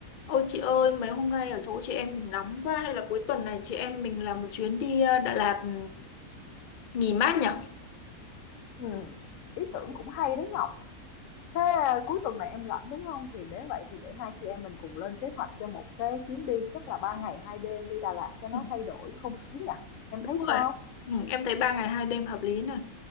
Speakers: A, on the left; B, on the left.
A: Ôi chị ơi, mấy hôm nay ở chỗ chị em mình nóng quá hay là cuối tuần này chị em mình làm một chuyến đi ờ, Đà Lạt ừ, nghỉ mát nhỉ?
B: Ừm, ý tưởng cũng hay đấy Ngọc. Thế à, cuối tuần này em rảnh đúng không? Thì nếu vậy thì để hai chị em mình cùng lên kế hoạch cho một cái chuyến đi chắc là ba ngày hai đêm đi Đà Lạt cho nó
A: Ừ,
B: thay đổi không khí nhỉ? Em
A: Đúng
B: thấy
A: rồi.
B: sao?
A: Ừ, em thấy ba ngày hai đêm hợp lý nè,